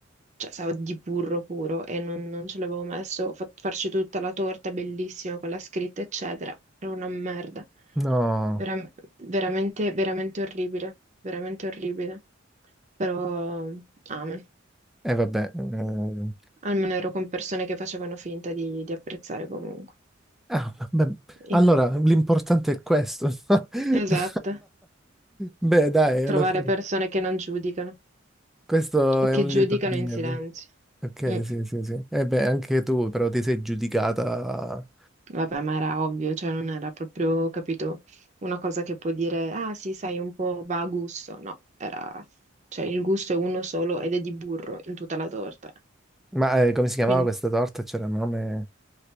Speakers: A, on the right (about 35°); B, in the centre.
A: cioè sa di burro puro e non, non ce l'avevo messo, ho fatto farci tutta la torta bellissima con la scritta, eccetera. Era una merda.
B: no,
A: Veram- veramente, veramente orribile, veramente orribile. Però, amen.
B: e vabbè. ehm.
A: Almeno ero con persone che facevano finta di, di apprezzare comunque.
B: Ah, beh, allora
A: Io-
B: l'importante è questo. <laughs>
A: Esatto.
B: Beh, dai,
A: Trovare
B: alla fine.
A: persone che non giudicano
B: Questo
A: o
B: è
A: che
B: un
A: giudicano
B: lieto fine.
A: in silenzio.
B: per- Ok,
A: Mm.
B: sì, sì, sì. E beh, anche tu però ti sei giudicata...
A: Vabbè, ma era ovvio, cioè non era proprio, capito, una cosa che può dire, ah sì, sai, un po' va a gusto. No, era, cioè il gusto è uno solo ed è di burro in tutta la torta.
B: Ma eh, come si chiamava
A: Quindi,
B: questa torta? C'era un nome...